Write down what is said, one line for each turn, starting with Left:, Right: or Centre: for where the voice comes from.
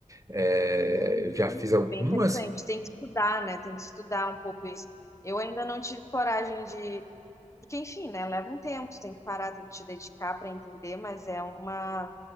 Right: É,
Left: Uhum.
Right: eu já fiz algumas
Left: É bem interessante. Tem que estudar, né? Tem que estudar um pouco isso. Eu ainda não tive coragem de. Porque, enfim, né? Leva um tempo, tu tem que parar, tem que te dedicar para entender, mas é uma,